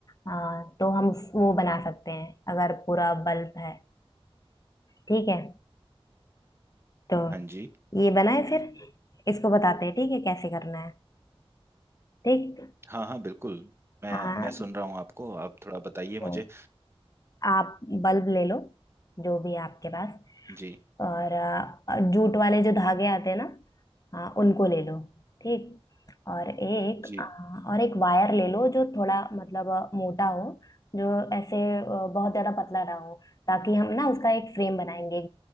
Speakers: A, on the left (about 35°); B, on the right (about 25°).
A: हाँ तो हम उस- वो बना सकते हैं अगर पूरा बल्ब है ठीक है तो
B: हाँ जी
A: ये बनाए फिर इसको बताते हैं ठीक है कैसे करना है ठीक
B: हाँ हाँ बिल्कुल मैं
A: हाँ
B: मैं सुन रहा हूँ आपको आप थोड़ा बताइए मुझे
A: तो आप बल्ब ले लो जो भी है आपके पास
B: जी
A: और अ, जूट वाले जो धागे आते हैं ना हाँ उनको ले लो ठीक और एक
B: जी
A: अ, और एक वायर ले लो जो थोड़ा मतलब अ, मोटा हो जो ऐसे अ, बहुत ज्यादा पतला ना हो ताकि हम ना उसका एक फ्रेम बनाएंगे